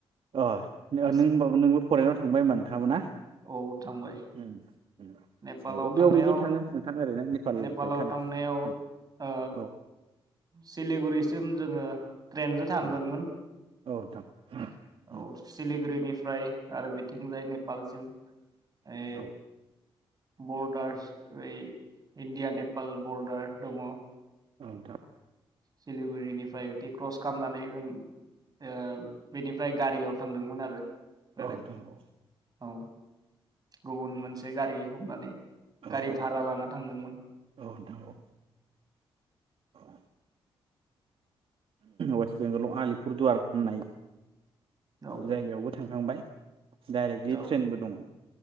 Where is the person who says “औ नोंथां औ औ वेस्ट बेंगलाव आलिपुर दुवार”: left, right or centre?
Right